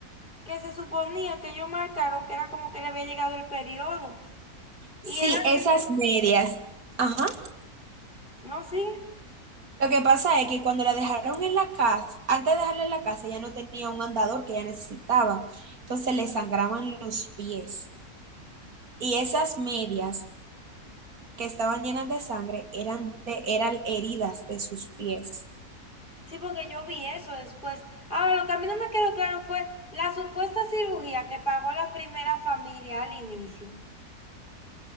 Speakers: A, on the left (about 30°); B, on the right (about 65°).
A: que se suponía que ellos marcaron que era como que le había llegado el periodo. Y
B: Sí,
A: era
B: esas
A: que ella,
B: medias. Ajá.
A: no, sí.
B: Lo que pasa es que cuando la dejaron en la casa, antes de dejarla en la casa, ya no tenía un andador que ella necesitaba. Entonces le sangraban los pies. Y esas medias que estaban llenas de sangre eran, de- eran heridas de sus pies.
A: Sí, porque yo vi eso después. Ahora, lo que a mí no me quedó claro fue la supuesta cirugía que pagó la primera familia al inicio.